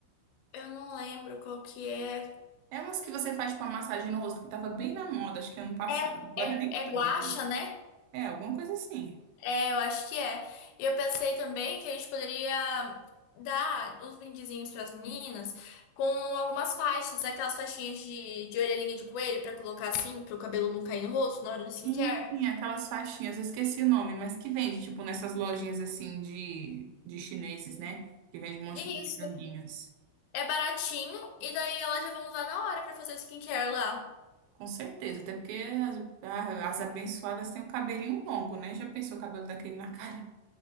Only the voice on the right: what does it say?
É umas que você faz, tipo, uma massagem no rosto, que tava bem na moda, acho que ano passado,
agora
nem
tanto.
É, alguma coisa assim.
Sim, aquelas faixinhas, eu esqueci o nome, mas que vende, tipo, nessas lojinhas assim de, de chineses, né? Que vende um monte
de bugiganguinhas.
Com certeza, até porque as, ah, as abençoadas têm um cabelinho longo, né? Já pensou o cabelo daquele na cara?